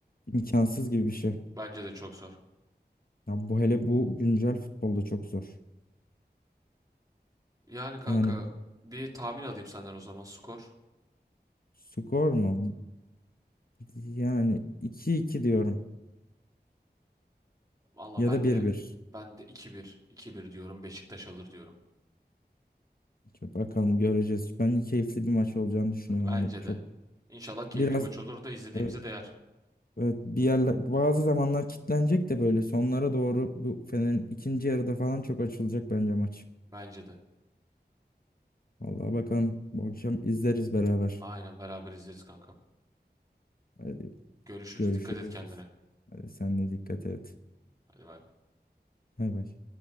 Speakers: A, on the left; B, on the right.
A: imkansız gibi bir şey.
B: Bence de çok zor.
A: Ya bu hele bu güncel futbolda çok zor.
B: Yani kanka
A: Yani
B: bir tahmin alayım senden o zaman skor.
A: skor mu? Yani iki iki diyorum
B: Valla
A: ya
B: ben
A: da bir
B: de
A: bir.
B: ben de 2-1 2-1 diyorum. Beşiktaş alır diyorum.
A: Çok Bakalım göreceğiz. Ben keyifli bir maç olacağını düşünüyorum.
B: Bence
A: Hani çok
B: de. İnşallah keyifli
A: biraz
B: maç olur da izlediğimize
A: evet,
B: değer.
A: evet, bir yerler bazı zamanlar kilitlenecek de böyle sonlara doğru bu Fener'in ikinci yarıda falan çok açılacak bence maç.
B: Bence de.
A: Vallahi bakalım bu akşam izleriz beraber.
B: Aynen beraber izleriz kankam.
A: Hadi
B: Görüşürüz.
A: görüşürüz.
B: Dikkat et kendine.
A: Hadi sen de dikkat et.
B: Hadi bay bay.
A: Bay bay.